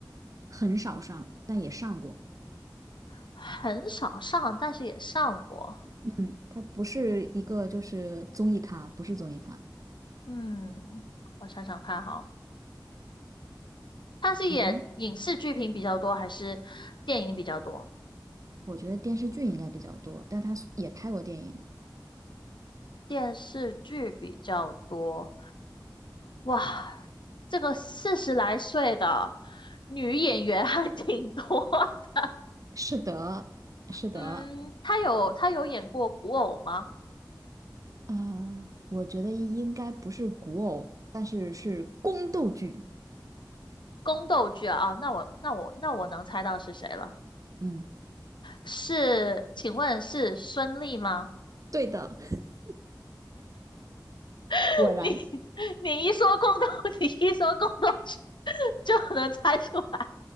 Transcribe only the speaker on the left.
很少上，但是也上过。
嗯，我想想看哈，他是演影视剧频比较多，
还是电影比较多？
电视剧比较多。哇，这个四十来岁的女演员还挺多的
嗯，她有她有演过古偶吗？
宫斗剧啊，啊，那我那我那我能猜到是谁了。
是，请问是孙俪吗？
<laughs>
你你一说宫斗，<laughs> 你一说宫斗剧就能猜出来。